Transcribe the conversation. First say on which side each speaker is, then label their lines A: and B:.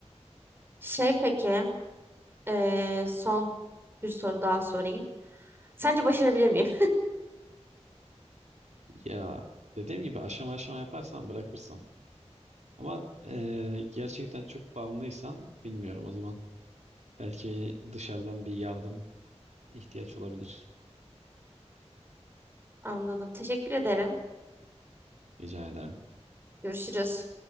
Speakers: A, on the right; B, on the right.
A: Şey peki. eee, son bir soru daha sorayım. Sence başarabilir miyim?
B: Ya dediğim gibi aşama aşama yaparsan bırakırsın. Ama e, gerçekten çok bağımlıysan bilmiyorum o zaman. Belki dışarıdan bir yardım ihtiyaç olabilir.
A: Anladım. Teşekkür ederim.
B: Rica ederim.
A: Görüşürüz.